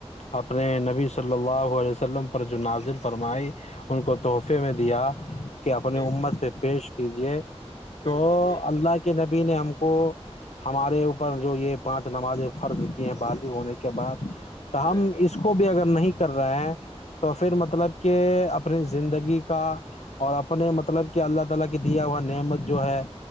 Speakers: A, on the left; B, on the left.
A: اپنے نبی صلی اللہ علیہ وسلم پر جو نازل فرمائی ان کو تحفے میں دیا کہ اپنی
B: بے
A: امت
B: شک
A: سے پیش کیجیے
B: بے
A: تو
B: شک بے
A: اللہ
B: شک
A: کے نبی نے ہم کو کو ہمارے اوپر جو یہ پانچ نمازیں فرض کی ہیں بازو ہونے کے بعد تو
B: بے
A: ہم اس کو بھی اگر نہیں کر رہا ہے تو
B: شک
A: پھر مطلب کہ اپنی زندگی کا اور اپنے مطلب کہ اللہ تعالی کے دیا ہوا نعمت جو ہے